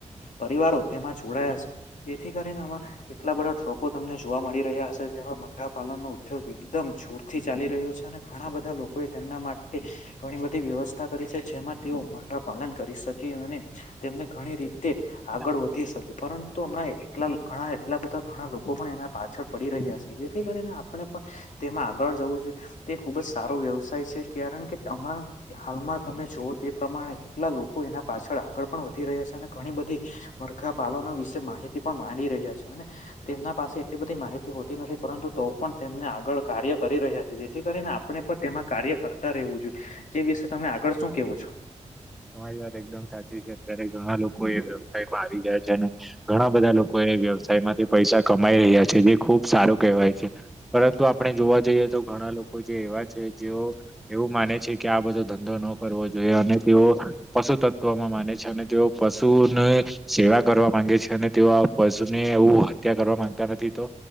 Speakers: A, on the left (about 85°); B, in the centre.
A: પરિવારો તેમાં જોડાયા છે, જેથી કરીને આમાં એટલા બધા ટ્રોકો તમને જોવા મળી રહ્યા હશે. જે મરઘા પાલન નો ઉદ્યોગ એકદમ જોર થી ચાલી રહ્યો છે અને ઘણા બધા લોકો એ તેમના માટે ઘણી બધી વ્યવસ્થા કરી છે જેમાં તેઓ મરખા પાલન કરી શકે અને તેમને ઘણી રીતે
B: બટ
A: આગળ વધી શકે પરંતુ હમણાં એલા ઘણા એટલા બધા ઘણા લોકો પણ એના પાછળ પડી રહ્યા છે જેથી કરીને આપણે પણ તેમાં આગળ જવું જોઈએ તે ખુબ જ સારો વ્યવસાય છે કારણ કે હાલમાં તમે જોવોઓ તે પ્રમાણે કેટલા લોકો એના પાછળ આગળ પણ વધી રહ્યા છે અને ઘણી બધી મરઘા પાલન વિશે માહિતી પણ માંડી રહ્યા છે અને તેમના પાસે એટલી બધી માહિતી હોતી નથી પરંતુ તો પણ તેમને આગળ કાર્ય કરી રહ્યા છે જેથી કરીને આપણે પણ તેમાં કાર્ય કરતા રહેવું જોઈએ જે વિશે તમે આગળ શું કેવો છો
B: તમારી વાત એકદમ સાચી છે અત્યારે ઘણા લોકો એ વ્યવસાયમાં આવી ગયા છે અને ઘણા બધા લોકો એ વ્યવસાયમાંથી પૈસા કમાઈ રહ્યા છે જે ખુબ સારું કહેવાય છે પરંતુ આપણે જોવા જઈએ તો ઘણા લોકો જે એવા છે જે એવું માને છે કે આ બધો ધંધો ન કરવો જોઈએ અને તેવો
A: તો
B: પશુ તત્વમાં માને છે અને તેઓ પશુ પશુને સેવા કરવા માંગે છે અને તેઓ પશુ ને એવું હત્યા કરવા માંગતા નથી તો